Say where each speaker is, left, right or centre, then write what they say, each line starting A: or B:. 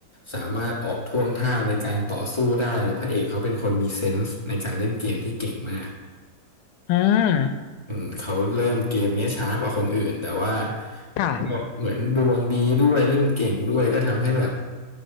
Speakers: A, on the left; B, on the left.
A: สามารถออกท่วงท่าในการต่อสู้ได้แล้วพระเอกเขาเป็นคนมีเซนส์ในการเล่นเกมที่เก่งมาก
B: อ่า
A: อืมเขาเริ่มเกมเนี้ยช้ากว่าคนอื่นแต่ว่า
B: ค่ะ
A: ก็เหมือนดวงดีด้วยเล่นเก่งด้วยก็ทำให้แบบ